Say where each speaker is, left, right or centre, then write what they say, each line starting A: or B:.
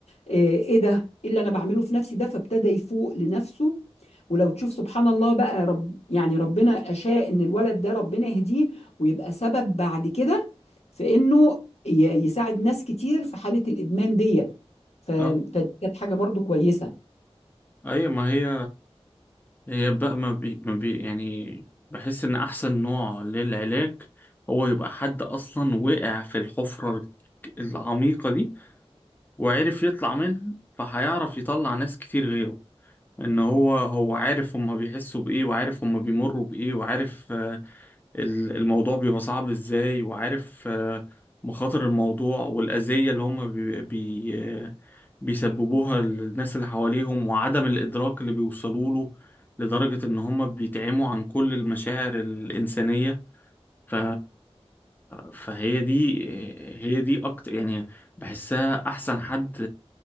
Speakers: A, on the left; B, on the left.
A: آه، ايه ده ايه اللي انا بعمله في نفسي ده فابتدى يفوق لنفسه ولو تشوف سبحان الله بقى رب يعني ربنا اشاء ان الولد ده ربنا يهديه ويبقى سبب بعد كده في انه ي- يساعد ناس كتير في حاله الادمان دي ف-
B: صح
A: فدي كانت حاجة برضو كويسة
B: ايوه ما هي هي بقى ما بي ما بي يعني بحس ان احسن نوع للعلاج هو يبقى حد اصلا وقع في الحفرة العميقة دي وعرف يطلع منها فهيعرف يطلع ناس كتير غيره ان هو هو عارف هما بيحسوا بايه وعارف هما بيمروا بايه وعارف آه، ال- الموضوع بيبقى صعب ازاي وعارف آه، مخاطر الموضوع والاذية اللي هما بي بي آه، بيسببوها للناس اللي حواليهم وعدم الادراك اللي بيوصلوا له لدرجة ان هما بيتعموا عن كل المشاعر الانسانية ف... فهي دي هي دي اكتر يعني بحسها احسن حد